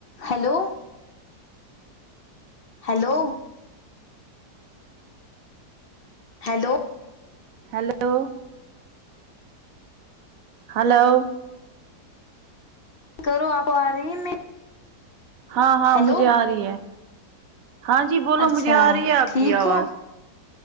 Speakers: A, on the left; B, on the right.
A: Hello hello hello
B: hello hello
A: کرو آپ آ رہی ہیں میں
B: ہاں ہاں
A: ہیلو
B: مجھے آ رہی ہے ہاں جی بولو
A: اچھا
B: مجھے آ رہی ہے آپ
A: ٹھیک
B: کی آواز
A: ہو